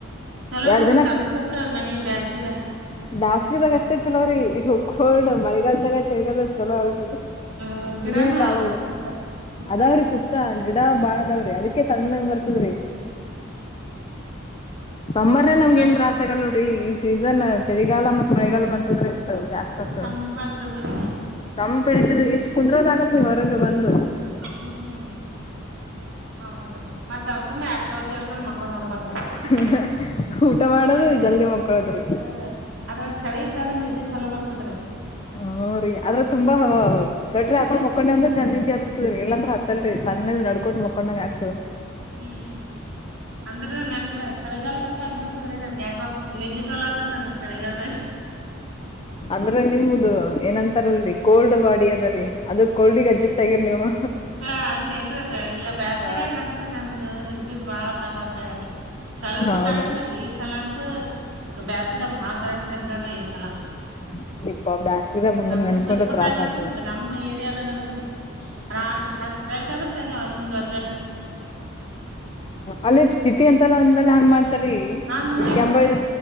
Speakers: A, on the right; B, on the left.
A: ಚಲೋ
B: ಎರಡ್
A: ಬಿಡ್ರಿ ತಮ್ಮ ಸರ್ ಮನಿ ಬ್ಯಾಸಿಗಿದಗ.
B: ಬ್ಯಾಸಿಗಿದಾಗ ಅಷ್ಟೇ ಚಲೋರೀ ಈಗ ಕೋಲ್ಡ್ ಮಳಿಗಾಲ್ದಾಗ ಚಳಿಗಾಲದಗ ಚಲೋ ಅಲ್ರರಿ.
A: ಹ ಗಿಡಾನು
B: ಹೀಟ್ ಆಗಲ್
A: ಆವೇನ್ ಸುತ್ತ ಸುತ್ತ
B: ಅದಾವ್ರೆ ಸುತ್ತ. ಗಿಡ ಅವು ಬಾಳದಾವ್ರಿ ಅದಕ್ಕೆ ತಣ್ಣಗ ಬರ್ತದ್ರಿ. ಸಮ್ಮರ್ ನಗ ನಮ್ಗೆ
A: ನಮ್
B: ಏನ್ ತ್ರಾಸ ಆಗಲ್ಲ ನೋಡ್ರಿ. ಈ ಸೀಸನ್, ಚಳಿಗಾಲ ಮತ್ತ ಮಳೆಗಾಲ ಬಂತು ಅಂದ್ರೆ ಇಷ್ಟು ಬ್ಯಾಸರ ಆಗ್ತದ.
A: ತಂಪಾಗ್ ಬರ್ತದ್ರಿ
B: ತಂಪ ಇಳಿತದ್ರಿಇಷ್ಟ್ ಕುಂದ್ರೋ ಆಗಲ್ರಿ. ಇವಾಗ ಬಂದು,
A: ಹ್ಮ್ ಹೌದು ಮತ್ತ ಅವ್ ಸುಮ್ಮ್ ಎಡ್ಕೋದ್ ಯೋಚ್ಕೊಂಡ್ ಮಕ್ಕೊಂಡ್ ನೋಡ್ಬೇಕ್ರಿ
B: ಹ ಊಟ ಮಾಡೋದ
A: ಬೆಚ್ಚಗ್
B: ಜಲ್ದಿ ಮಕ್ಕೊಳದ್ರಿ. <inaudible>
A: ಹ ಅದ್ರಾಗ ಚಳಿ ಇತ್ತದ್ರೆ ನಿದ್ದಿ ಚಲೋ ಬರ್ತದರಿ.
B: ಹ ರೀ ಆದ್ರ ತುಂಬಾ ಸೆಟ್ರ ಹಾಕೊಂಡ್ ಮಕೊಂಡಿವಿ ಅಂದ್ರ ಚೆಂದ ನಿದ್ದಿ ಅತ್ತತದ. ದ್ರಿ ಇಲ್ಲಂದ್ರ ಅತ್ತಲ್ರಿ
A: ಹ್ಮ್
B: ತಣ್ಣಗ ನಡ್ಕೋತ ಮಕೊಂಡಂಗ ಆಗ್ತದ.
A: ಹ್ಮ್. ಅಂದ್ರ ನನ್ಗ ಚಳಿಗಾಲ ಇಷ್ಟ ಆಗ್ಬಿಡ್ತದ್ರೀ. ನನಗ ಯಾಕೋ ನಿದ್ದಿ ಚಲೋ ಆತದ್ ನನ್ಗ್. ಚಳಿಗಾಲ,
B: ಅಂದ್ರೆ ನಿಮದು ಏನಂತಾರಲ್ರಿ ಕೋಲ್ಡ್ ಬಾಡಿ ಅದರಿ. ಅದೇ ಕೋಲ್ಡಗ್ ಅಡ್ಜಸ್ಟ್ ಆಗಿರ ನೀವು.
A: ಹ ಹಂಗ ಏನ್ರರಿ ಅದ ಇಲ್ಲ ಬ್ಯಾಸಿಗಿದಾಗ
B: ಹಾ ರೀ
A: ಅಂತ ನನ್ಗ ನಿದ್ದಿ ಬಾಳ ತಾಪತ್ರಾಯರಿ. ಸ್ವಲ್ಪ
B: ಹೌದೇನ್
A: ಕರೆಂಟ್ ಹಯತ ಈ ಸಲ ಅಂತ ಬ್ಯಾಸ್ಗಿದಾಗ ಬಾಳ ಕರೆಂಟ್ ತೆಗ್ದನ್ ಈ ಸಲ.
B: <unintelligible>
A: ನಮ್ಮ
B: ನೆನ್ಸ್ಕೊಂಡ್ರ
A: ಸುರಪುರ್ದಾಗಂತ,
B: ತ್ರಾಸ್ ಆಗ್ತದ
A: ನಮ್ಮ ಏರಿಯಾದಾಗಂತ, ತ ರಾತ್ರಿ ಹತ್ತಐತ ಅಂದ್ರೆ ತೆಗೆವ್. ಒಂದ್ಂದ
B: ಅಲ್ಲ ಸಿಟಿ ಅಂತೆಲ್ಲ ಅಂದಲ್ಲ ಹಂಗ ಮಾಡ್ ರಿ
A: ಹಂಗ್
B: ಇಲ್ಲಿ
A: ಮಾಡ್ತಾರ್ರಿ
B: ಕೆಂಬಾಯಿದ